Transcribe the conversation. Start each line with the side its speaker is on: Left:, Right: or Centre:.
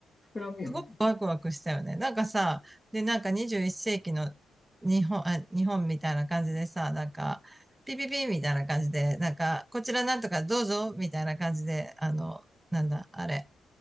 Left: 膨らむよね。
Right: すごくワクワクしたよね。なんかさ、で、なんか21世紀の日本、あ、日本みたいな感じでさ、なんか、ピピピみたいな感じで、なんか、こちらなんとかどうぞみたいな感じで、あの、なんだ、あれ、